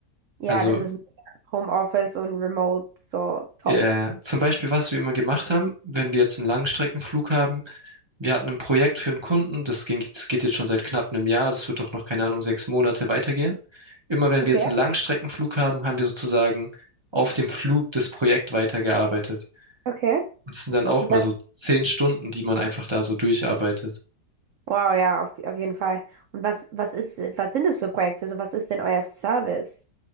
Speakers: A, on the right; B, on the right.
A: Ja,
B: Also
A: das ist mega. Homeoffice und Remote, so top.
B: Ja, zum Beispiel, was wir immer gemacht haben, wenn wir jetzt einen Langstreckenflug haben, wir hatten ein Projekt für einen Kunden, das ging, das geht jetzt schon seit knapp einem Jahr, das wird doch noch, keine Ahnung, sechs Monate weitergehen. Immer wenn
A: Okay,
B: wir jetzt einen Langstreckenflug haben, haben wir sozusagen auf dem Flug das Projekt weitergearbeitet.
A: okay.
B: Und das sind dann auch
A: Und
B: mal
A: was?
B: so zehn Stunden, die man einfach da so durcharbeitet.
A: Wow, ja, auf, auf jeden Fall. Und was, was ist, was sind das für Projekte? Also was ist denn euer Service?